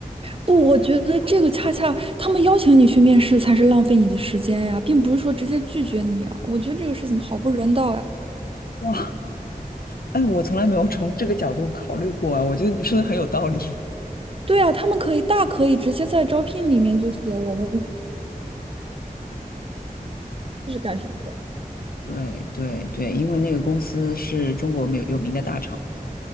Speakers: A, on the right; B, on the left.
A: 不，我觉得这个恰恰他们邀请你去面试才是浪费你的时间呀，并不是说直接拒绝你啊。我觉得这个事情好不人道呀。
B: 哇，哎，我从来没有从这个角度考虑过啊，我觉得你说的很有道理。<laughs>
A: 对呀，他们可以大可以直接在招聘里面就写我们是干什么的，
B: 对对对，因为那个公司是中国没有有名的大厂，